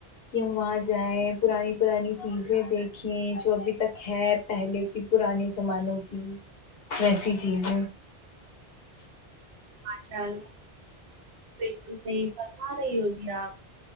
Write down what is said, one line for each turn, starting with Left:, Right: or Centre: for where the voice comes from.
Left: کہ ہم وہاں جائیں پرانی پرانی چیزیں دیکھیں جو ابھی تک ہے پہلے کی پرانے زمانوں کی ویسی چیزیں
Right: ماشاءاللہ بالکل صحیح فرما رہی ہو جی آپ